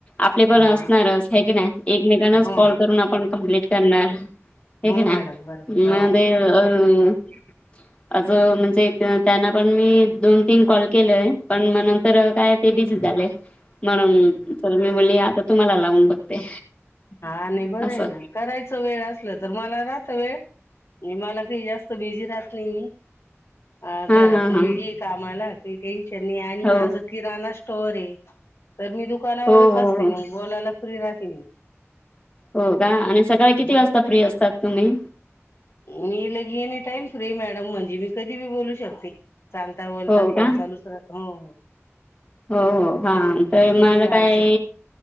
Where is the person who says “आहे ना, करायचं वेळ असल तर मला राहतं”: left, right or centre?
Left